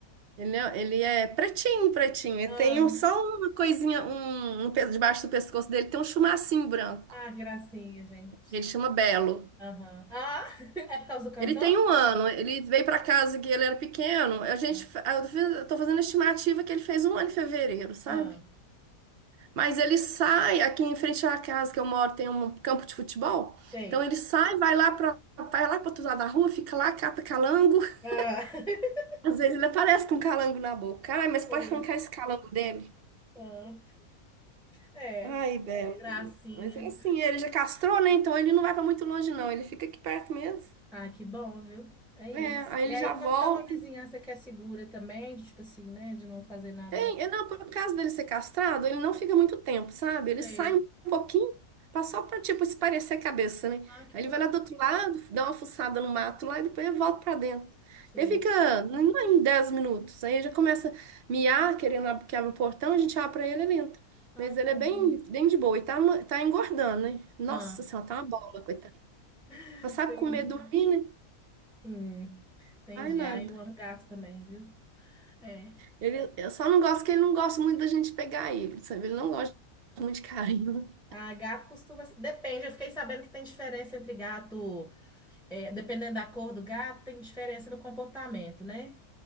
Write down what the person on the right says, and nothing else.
Ele é, ele é pretinho, pretinho. Ele
tem um- só uma coisinha, um, um pe- debaixo do pescoço dele tem um chumacinho branco.
Ele chama Belo.
Ele tem um ano. Ele veio para casa que ele era pequeno. A gente,
fa- eu fiz- eu tô fazendo a estimativa que ele fez um ano em fevereiro, sabe?
Mas ele sai, aqui em frente à casa que eu moro tem um campo de futebol.
Então ele sai, vai lá para vai lá para outro lado da rua, fica lá, cata calango. <laughs>
Às vezes ele aparece com um calango na boca. Ai, mas pode
arrancar esse calango dele.
Ai, Belo.
Mas é assim, ele já castrou, né? Então ele não vai para muito longe, não. Ele fica aqui perto mesmo.
É, aí
ele
já volta.
É, é, não, por causa dele ser castrado, ele não fica muito tempo, sabe? Ele
sai um pouquinho, pra- só pra, tipo, esparecer a cabeça, né?
Aí
ele vai lá do outro lado, dá uma fuçada no mato lá e depois ele volta pra dentro.
Ele fica, não é em 10 minutos, aí já começa a miar, querendo ab- que abra o portão, a gente abre pra ele, ele entra.
Mas
ele
é bem, bem de boa e tá, ma- tá engordando, né? Nossa
senhora, tá uma bola, coitado.
Só sabe comer, dormir, né?
Ai, nada.
Ele, eu só não gosto que ele não gosta muito da gente pegar ele, sabe? Ele não gosta muito de carinho.